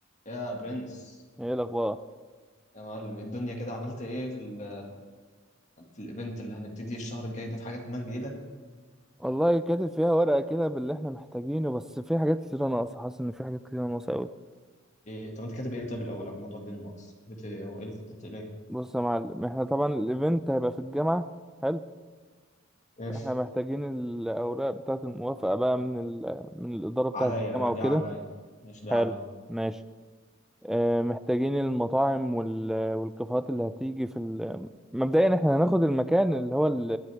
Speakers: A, on the left; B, in the centre.
A: يا برنس
B: ايه الاخبار
A: يا معلم إيه الدنيا كده عملت ايه في ال في الايفنت اللي هنبتدي الشهر الجاي ده في حاجه في دماغك جديده
B: والله كاتب فيها ورقه كده باللي احنا محتاجينه بس في حاجات كتير ناقصه حاسس ان في حاجات كتير ناقصه قوي
A: ايه طب انت كاتب ايه طيب الاول قبل الموضوع دي الناقص كتبت ايه وايه اللي خططت اليه
B: بص يا معلم احنا طبعا الايفنت هيبقى في الجامعه حلو
A: ايش
B: احنا محتاجين الاوراق بتاعه الموافقه بقى من ال... من الاداره بتاعه
A: عليا
B: الجامعه
A: دي
B: وكده
A: عليا ماشي دي
B: حلو
A: عليا
B: ماشي اه محتاجين المطاعم وال... والكافيهات اللي هتيجي في ال... مبدئيا احنا هناخد المكان اللي هو ال...